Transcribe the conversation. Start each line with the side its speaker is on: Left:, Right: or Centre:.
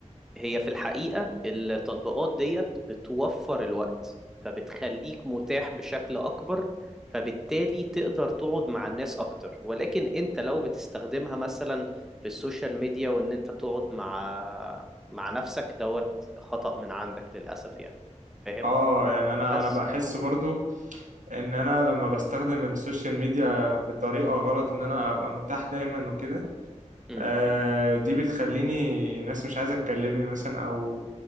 Centre: هي في الحقيقة التطبيقات ديت بتوفر الوقت فبتخليك متاح بشكل أكبر فبالتالي تقدر تقعد مع الناس أكتر ولكن أنت لو بتستخدمها مثلا في السوشيال ميديا وإن أنت تقعد مع مع نفسك دوت خطأ من عندك للأسف يعني فاهم؟
Right: اه يعني انا
Centre: بس
Right: انا بحس برضو
Centre: م-
Right: ان انا لما بستخدم السوشيال ميديا بطريقة غلط ان انا ابقى متاح
Centre: م-
Right: دايما وكده
Centre: م.
Right: آه، دي بتخليني الناس مش عايزة تكلمني مثلا أو